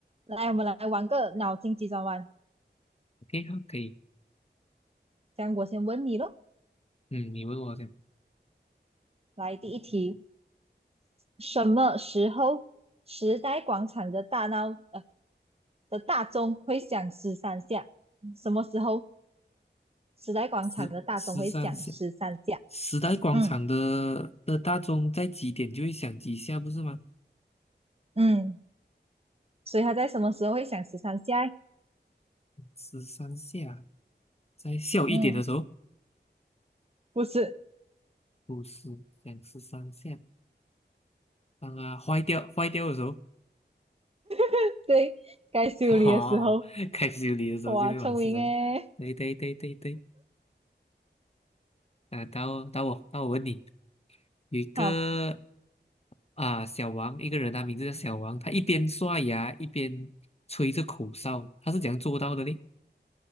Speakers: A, on the right; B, on the left.
A: 来，我们来玩个脑筋急转弯。
B: 可以，好，可以。
A: 这样，我先问你咯。
B: 嗯，你问我讲
A: 来，第一题，什么时候时代广场的大闹呃的大钟会响十三下？什么时候时代广场的大钟会响十三下？
B: 十十三时时代广场的的大钟在几点就会响几下，
A: 嗯
B: 不是吗？
A: 嗯，所以它在什么时候会响十三下？
B: 十三下，在下午一点的时候，
A: 嗯，不是，
B: 不是响十三下。当它坏掉坏掉的时候，
A: <laughs> 对，该修理的时候。
B: <laughs> 哦，该修理的时候就会往十三。
A: 哇，聪明诶。
B: 对对对对对，啊，到我到我到我问你，有一个
A: 好，
B: 啊小王，一个人他名字叫小王，他一边刷牙一边吹着口哨，他是怎样做到的呢？